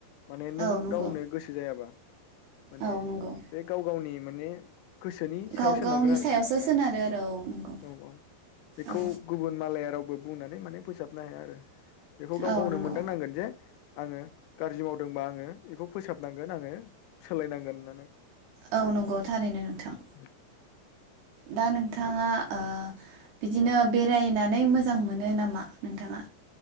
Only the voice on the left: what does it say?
माने नों
गावनो गोसो जायाबा माने
बे गाव गावनि माने गोसोनि सायाव
सोनारगोन
आरो
औ औ। बेखौ
गुबुन मालाया रावबो बुंनानै माने फो साबनो हाया आरो बेखौ गाव
गावनो
मोनदांनांगोन जे आङो गाज्रि मावदोंबा आङो बेखौ फोसाबनांगोन आङो सोलायनांगोन होननानै।
औ।